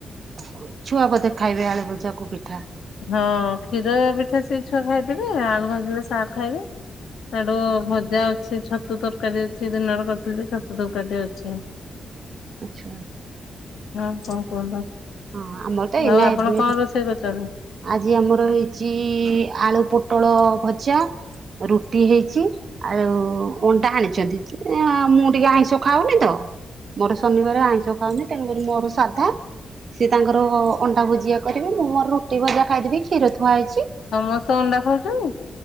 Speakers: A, on the right; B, on the left.
A: ଓହୋ ଛୁଆ ବୋଧେ ଖାଇବେ ଆଳୁ ଭଜାକୁ ପିଠା?
B: ହଁ କ୍ଷୀର ପିଠା ସେ ଛୁଆ ଖାଇଦେବେ ଆଳୁ ଭାଜିଲେ ସାର୍ ଖାଇବେ। ସିଆଡୁ ଭଜା ଅଛି ଛତୁ ତରକାରୀ ଅଛି ଦିନରେ କରିଥିଲି ଛତୁ ତରକାରୀ ଅଛି।
A: ଆଚ୍ଛା।
B: ହଁ କଣ କୁହନ୍ତୁ
A: ହଁ ଆମର ତ ଏଇନା
B: ଆଉ ଆପଣ
A: ଏବେ
B: କଣ ରୋଷେଇ କରିଛନ୍ତି?
A: ଆଜି ଆମର ହେଇଛି ଆଳୁ ପୋଟଳ ଭଜା। ରୁଟି ହେଇଛି ଆଉ ଅଣ୍ଡା ଆଣିଛନ୍ତି ମୁଁ ଟିକେ ଆଇଁଷ ଖାଉନି ତ। ମୋର ଶନିବାର ଆଇଁଷ ଖାଉନି ତେଣୁକରି ମୋର ସାଧା। ସେ ତାଙ୍କର ଅଣ୍ଡା ଭୁଜିଆ କରିବେ ମୁଁ ମୋର ରୁଟି ଭଜା ଖାଇଦେବି କ୍ଷୀର ଥୁଆ ହେଇଛି।
B: ସମସ୍ତେ ଅଣ୍ଡା ଖାଉଛନ୍ତି।